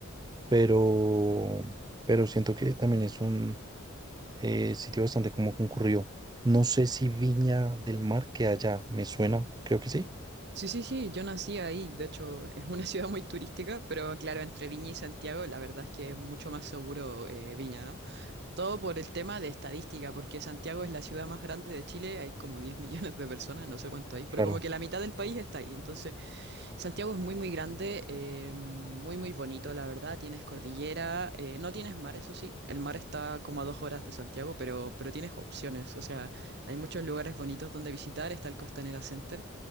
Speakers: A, on the right; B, on the right.
A: pero, pero siento que también es un eh, sitio bastante como concurrido. No sé si Viña del Mar que allá, me suena, creo que sí.
B: Sí, sí, sí, yo nací ahí, de hecho es una <laughs> ciudad muy turística, pero claro, entre Viña y Santiago la verdad es que es mucho más seguro eh, Viña, ¿no? Todo por el tema de estadística, porque Santiago es la ciudad más grande de Chile, hay como 10 millones de personas, no sé cuánto hay, pero
A: Claro.
B: como que la mitad del país está ahí, entonces Santiago es muy, muy grande, eh, muy, muy bonito, la verdad, tienes cordillera, eh, no tienes mar, eso sí, el mar está como a dos horas de Santiago, pero, pero tienes opciones, o sea, hay muchos lugares bonitos donde visitar, está el Costanera Center.